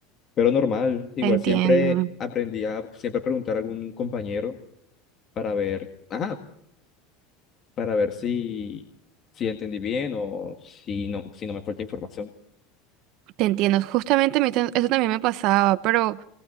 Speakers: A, on the left; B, on the right.
A: pero normal, igual
B: Te entiendo,
A: siempre aprendí a siempre preguntar a algún compañero para ver. Ajá, para ver si, si entendí bien o si no, si no me falta información.
B: te entiendo. Justamente a mí te- eso también me pasaba, pero